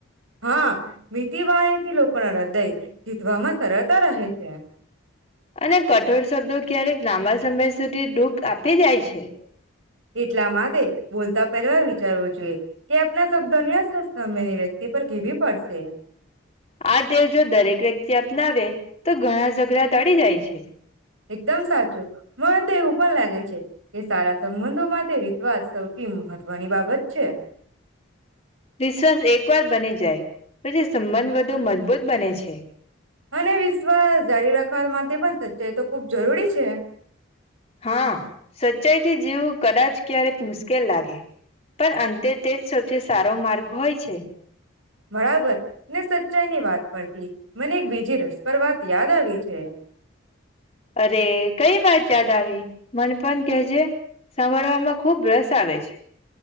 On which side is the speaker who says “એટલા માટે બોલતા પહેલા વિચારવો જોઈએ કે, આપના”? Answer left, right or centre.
Right